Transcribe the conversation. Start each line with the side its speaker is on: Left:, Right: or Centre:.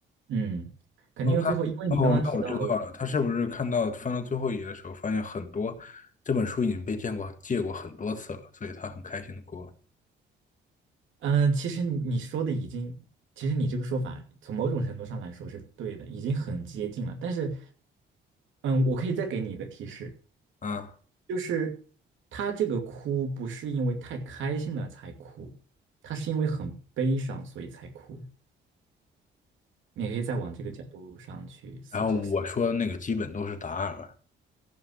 Right: 嗯，肯定最后，
Left: 哦，她，
Right: 因为你刚刚提到
Left: 哦，那我知道了，她是不是看到翻到最后一页的时候，发现很多这本书已经被见过借过很多次了，所以她很开心的哭了
Right: 嗯、呃其实你你说的已经，其实你这个说法从某种程度上来说是对的，已经很接近了。但是，嗯，我可以再给你一个提示，
Left: 啊。
Right: 就是他这个哭不是因为太开心了才哭，他是因为很悲伤所以才哭。你可以再往这个角度上去思考思考。
Left: 然后我说的那个基本都是答案了，